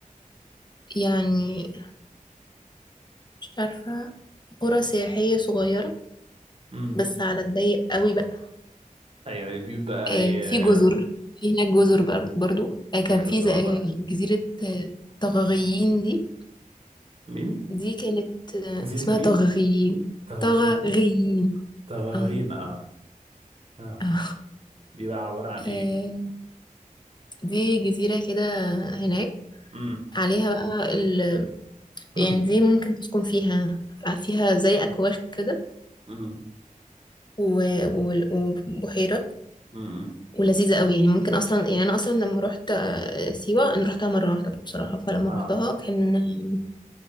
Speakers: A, on the left; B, on the right.
A: يعني مش عارفة قرى سياحية صغيرة
B: امم
A: بس على الضيق قوي بقى
B: ايوه البيوت بقى
A: آه،
B: ايه
A: في جزر في هناك جزر بر- برضو آه، كان
B: بجد
A: في ز-
B: والله
A: آه، جزيرة آه، طغغيين دي
B: مين
A: دي كانت آه،
B: جزيرة
A: اسمها
B: مين
A: طغغيين
B: تغغين
A: طغغيين
B: تغغين
A: اه
B: اه اه
A: <laughs> آه.
B: دي بقى عبارة عن ايه
A: آه، دي جزيرة كده هناك
B: امم
A: عليها بقى ال...
B: <clears throat>
A: يعني دي ممكن تسكن فيها فيها زي أكواخ كده
B: امم
A: و... وال- وبحيرة
B: امم
A: ولذيذة قوي يعني ممكن أصلا يعني أنا أصلا لما روحت آه، سيوة أنا روحتها مرة واحدة بصراحة فلما
B: اه
A: روحتها كان إن-